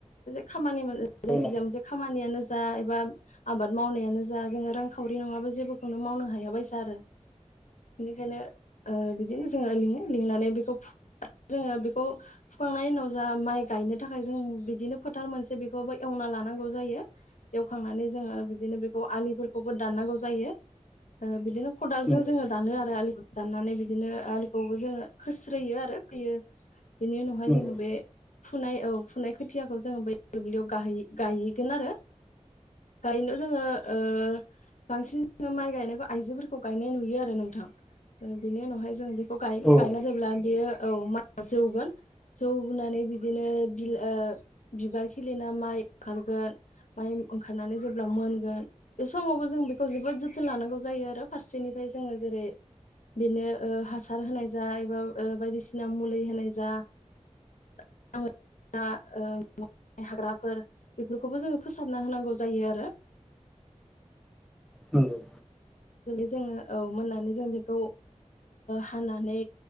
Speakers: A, on the left; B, in the centre.
A: <unintelligible> खामानि मोन
B: औ
A: जायखिजाया
B: नंगौ
A: मोनसे खामानियानो जा एबा आबाद मावनायानो जा जोङो रांखावरि नङाबा जेबोखौनो मावनो हायाबायसा आरो बेनिखायनो ओ बिदिनो जोङो लिङो लिंनानै बेखौ जोङो बेखौ फुखांनायनि उनाव जा माइ गायनो थाखाय जों बिदिनो फोथार मोनसे बेखौबो एवना लानांगौ जायो एवखांनानै जोङो बिदिनो बेखौ आलिफोरखौबो दाननांगौ जायो ओ बिदिनो खदालजों
B: नंगौ
A: जोङो दानो आरो आलिखौ दाननानै बिदिनो आलिखौबो जोङो खोस्रोयो आरो खोयो बेनि उनावहाय
B: औ नंगौ
A: जोङो बे फुनाय औ फुनाय खोथियाखौ जोङो बै दुब्लियाव गायहै गायहैगोन आरो गायनो जोङो ओ बांसिन जोंङो माइ गायनायखौ आइजोफोर फोरखौ गायनाय नुयो आरो नोंथां बेनि उनावहाय जों बेखौ गायगोन
B: नंगौ औ
A: गायना जेब्ला बेयो औ माइया जौगोन जौनानै बिदिनो बिल ओ बिबार खिलिना माइ ओंखारगोन माइ ओंखारनानै जेब्ला मोनगोन बे समावबो जों बेखौ जोबोद जोथोन लानांगौ जायो आरो फारसेनिफ्राय जोङो जेरै बेनो ओ हासार होनाय जा एबा ओ बायदिसिना मुलि होनाय जा <unintelligible> ओ हाग्राफोर बेफोरखौबो जोङो फोसाबना होनांगौ जायो आरो
B: नंगौ
A: जुदि जोङो औ मोननानै जों बेखौ हानानै